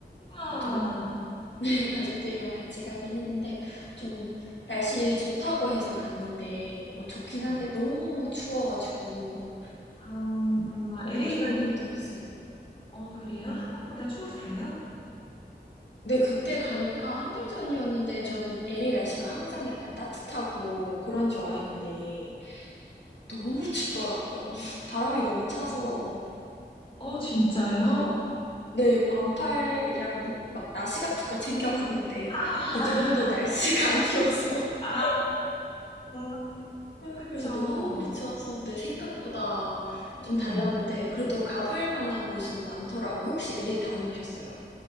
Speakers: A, on the left (about 30°); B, on the left (about 85°).
A: 와,
B: 가족, <laughs> 네, 가족들이랑 같이 가긴 했는데 좀 날씨 좋다고 해서 갔는데 뭐 좋긴
A: 네.
B: 한데 너무 추워가지고
A: 아,
B: 거기
A: LA가,
B: 조금 힘들었어요.
A: 어, 그래요? 한국보다 추웠어요?
B: 네, 그때 가니까 한 달 전이었는데 저는 LA 날씨가 항상 약간 따뜻하고 그런 줄 알았는데
A: 네.
B: 너무 춥더라고요. <laughs> 바람이 너무 차서
A: 어, 진짜요?
B: 그래서 막 네, 반팔이랑 막 나시 같은 거 챙겨갔는데
A: <laughs>
B: 그 정도 날씨가 아니어서
A: 아,
B: <laughs>
A: 아,
B: 아,
A: 그쵸.
B: 그래서 너무 추워서 내 생각보다
A: 음,
B: 좀 달랐는데 그래도 가볼 만한 곳은 많더라고요. 혹시 LA 다녀오셨어요?